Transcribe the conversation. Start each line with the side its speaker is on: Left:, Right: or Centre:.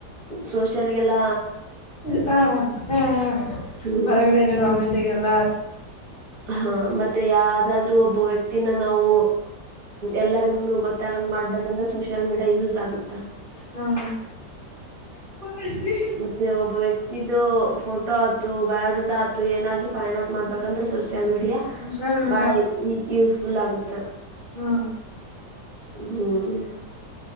Right: ಸೋಷಲ್ಗೆಲ್ಲ
Left: ಹ ಹ
Right: ಹ್ಮ್
Left: ಹೊರಗಡೆ ಎನ್ವಿರಾಮೆಂಟ್ಗೆಲ್ಲ
Right: ಹಾ ಮತ್ತೆ ಯಾವ್ದಾದ್ ಒಬ್ಬ ವ್ಯಕ್ತಿನ ನಾವು ಎಲ್ಲರಿಗ ಗೊತ್ತಾಗಂಗ್ ಮಾಡ್ಬೇಕಂದ್ರೆ ಸೋಷಿಯಲ್ ಮೀಾ ಎ ಯೂಸ್ ಆಗುತ್ತಾ
Left: ಹ್ಮ ಿ
Right: ಮತ್ತೆ ಒಬ್ಬ ವ್ಯಕ್ತಿದು ಫೋಟೋ ಆತು ಬಯೋಡೇಟಾ ಆತು ಏನಾದ್ರೂ ಫೈಂಡ್ ಔಟ್ ಮಾಡ್ಬೇಕಂದ್ರೆ ಸೋಷಿಯಲ್ ಮೀಡಿಯಾ
Left: ಸೋಷಿಯಲ್ ಮೀಡಿಯಾ
Right: ಬಹಳ ಯೂಸ್ಫುಲ್ ಆಗುತ್ತೆ
Left: ಹಾ
Right: ಹ್ಮ್